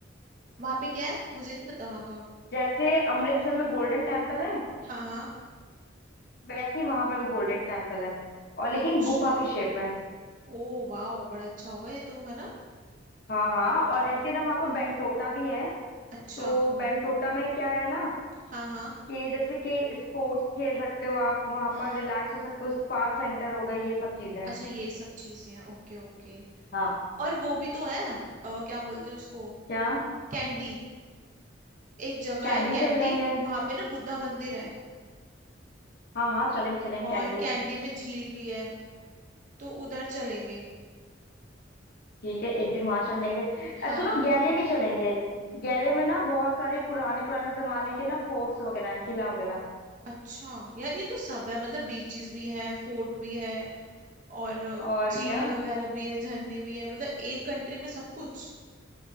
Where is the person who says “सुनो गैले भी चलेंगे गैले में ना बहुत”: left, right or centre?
Left